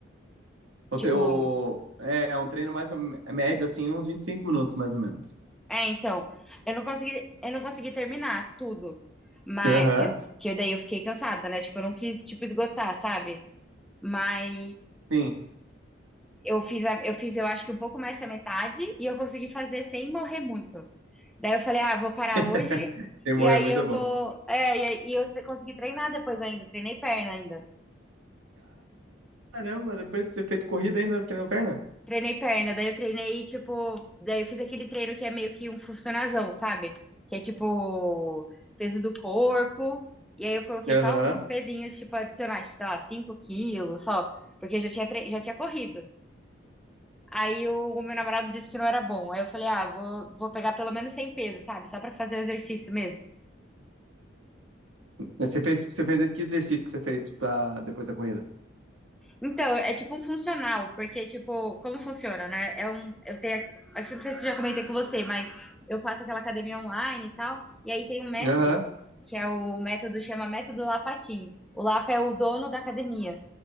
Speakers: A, on the right; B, in the centre.
A: O
B: Tipo,
A: teu... É, é um treino mais ou me- é médio, assim, uns 25 minutos, mais ou menos.
B: É, então, eu não consegui, eu não consegui terminar tudo. Mas,
A: Aham.
B: porque que daí eu fiquei cansada, né? Tipo, eu não quis, tipo, esgotar, sabe? Mas
A: Sim,
B: eu fiz, a- eu fiz, eu acho que um pouco mais que a metade e eu consegui fazer sem morrer muito. Daí eu falei, ah, vou parar
A: <laughs>
B: hoje
A: sem morrer
B: e aí
A: é muito
B: eu
A: bom.
B: vou. É, e, aí- e eu tre- consegui treinar depois ainda, treinei perna ainda.
A: Caramba, depois de ter feito corrida ainda treinou perna?
B: Treinei perna, daí eu treinei, tipo, daí eu fiz aquele treino que é meio que um funcionazão, sabe? Que é tipo peso do corpo, e aí eu coloquei
A: Aham.
B: só alguns pezinhos, tipo, adicionais, tipo, sei lá, 5 quilos só, porque eu já tinha, tre- já tinha corrido. Aí o, o meu namorado disse que não era bom. Aí eu falei, ah, vou, vou pegar pelo menos 100 pesos, sabe? Só pra fazer o exercício mesmo.
A: Mas Você fez, você fez que exercício que você fez pra, depois da corrida?
B: Então, é tipo um funcional, porque, tipo, como funciona, né? É um, eu tenho, acho que não sei se eu já comentei com você, mas eu faço aquela academia online e tal, e aí tem um método,
A: Aham.
B: que é o método, chama método Lapatin. O Lapa é o dono da academia.